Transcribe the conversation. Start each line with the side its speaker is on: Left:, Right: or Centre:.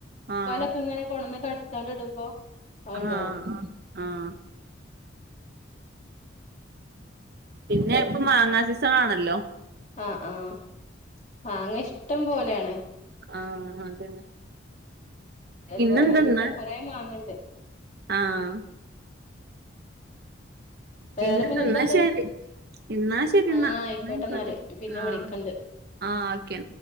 Right: ആഹ്
Left: വ്വാലൊക്കെ ഇങ്ങനെ കൊട്ന്ന് കട്ച്ചാണ്ട് ഇടുമ്പോ അത്ണ്ടാവും
Right: ആഹ് ആഹ് പിന്നെ ഇപ്പൊ മാങ്ങാ സീസൺ ആണല്ലോ
Left: ആഹ് ആഹ് മാങ്ങ ഇഷ്ടം പോലെയാണ്
Right: ആഹ് അതന്നെ
Left: <unintelligible>
Right: പിന്നെന്തെന്നാ
Left: നല്ല കൊറേ മാങ്ങണ്ട്
Right: ആഹ്
Left: വേറെ
Right: പിന്നെന്താ
Left: പിന്നെ എന്താണ്ട്
Right: ഇന്നാ ശരി എന്നാ ശരി
Left: ആഹ്
Right: ന്നാ
Left: ആയിക്കോട്ടെന്നാല്
Right: എന്നയ്ക്കോട്ടെ
Left: പിന്നെ
Right: ആഹ്
Left: വിളിക്കണ്ട്
Right: ആഹ് ഓക്കെ